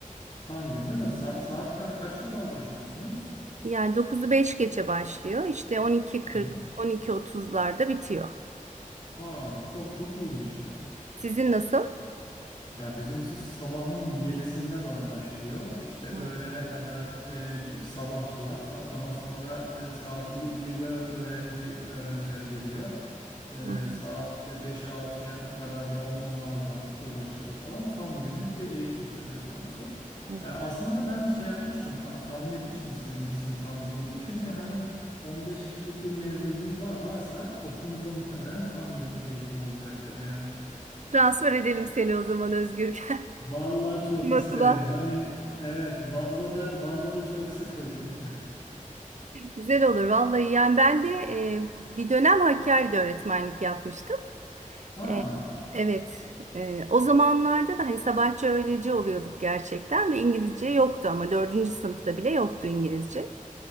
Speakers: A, on the left; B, on the right.
A: Tam gün değil mi? Sa- saat ka- kaçta ba- başlıyorsunuz?
B: Yani dokuzu 5 geçe başlıyor. İşte 12.40,
A: Hı hı.
B: 12.30'larda bitiyor.
A: Aa çok çok iyiymiş ya.
B: Sizin nasıl?
A: Ya bizimkisi sabahın yedisinde ba- başlıyor. İşte öğlene
B: Aa,
A: kadar e, bir sabahçılar, da- daha sonra e, saat 1'de öğrenci öğrenciler geliyor. E,
B: hı hı,
A: saat işte beşe altıya ka- kadar da on, onlarla uğraşıyoruz falan. Tam günlük bir eğitim söz, söz konusu.
B: evet.
A: E, aslında ben şey yapmıştım, ta- tahmin etmiştim sizinkisinin tam gün olduğunu. Çünkü hani 15 kişilik bir mevcudunuz var varsa okulunuzda muhtemelen tam gün eğitim olacaktır yani.
B: Transfer edelim seni o zaman Özgür.
A: Vallahi çok
B: <laughs> Bizim
A: isterim.
B: okula.
A: Hani evet Van'da da Van'da da çok sıkıldım.
B: Güzel olur vallahi. Yani ben de e, bir dönem Hakkari'de öğretmenlik yapmıştım.
A: <laughs> Aa.
B: E, evet. E, o zamanlarda da hani sabahçı öğleci oluyorduk gerçekten ve İngilizce yoktu ama dördüncü sınıfta bile yoktu İngilizce.